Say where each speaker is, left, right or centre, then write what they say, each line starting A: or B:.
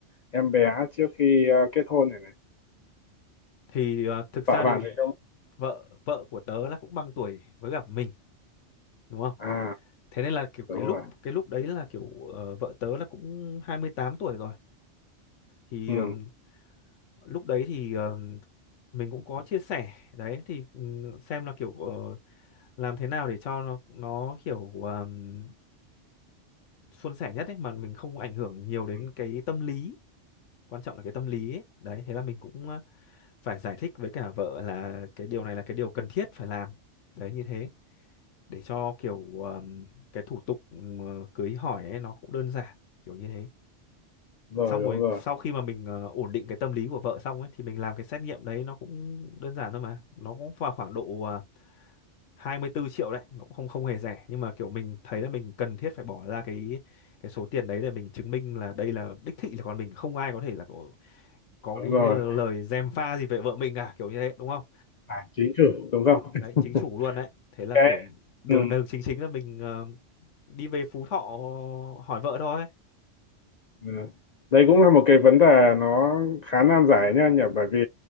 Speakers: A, on the left; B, on the left.
A: em bé trước khi ờ, kết hôn này này
B: thì ờ, thực
A: vợ
B: ra
A: bạn
B: thì
A: thì không
B: vợ vợ của tớ là cũng bằng tuổi với cả mình đúng không
A: à
B: thế nên là kiểu cái
A: đúng
B: lúc
A: rồi
B: cái lúc đấy là kiểu ờ, vợ tớ là cũng 28 tuổi rồi thì
A: ừ.
B: ờm, lúc đấy thì ờm, mình cũng có chia sẻ đấy thì ừm, xem là kiểu ờ, làm thế nào để cho nó nó kiểu um, suôn sẻ nhất ấy mà mình không ảnh hưởng nhiều đến
A: ừ,
B: cái tâm lý quan trọng là cái tâm lý ấy. Đấy thế là mình cũng ờ, phải giải thích với cả vợ là cái điều này là cái điều cần thiết phải làm đấy như thế để cho kiểu um, cái thủ tục um, ờ, cưới hỏi ấy, nó cũng đơn giản kiểu như thế
A: rồi
B: xong
A: đúng
B: rồi
A: rồi
B: sau khi mà mình ờ, ổn định cái tâm lý của vợ xong ấy thì mình làm cái xét nghiệm đấy nó cũng đơn giản thôi mà nó cũng vào khoảng độ ờ, 24 triệu đấy nó cũng không không hề rẻ nhưng mà kiểu mình thấy là mình cần thiết phải bỏ ra cái cái số tiền đấy để mình chứng minh là đây là đích thị là con mình không ai có thể là có, có
A: đúng
B: cái,
A: rồi
B: cái lời gièm pha gì về vợ mình cả kiểu như thế đúng không
A: à chính chủ đúng không <laughs>
B: đấy chính chủ luôn đấy thế là
A: cái
B: kiểu đường
A: ừ.
B: đường chính chính là mình ờ, đi về Phú Thọ hỏi vợ thôi
A: Ừ. Đấy cũng là một cái vấn đề nó khá nan giải nha nhỉ bởi vì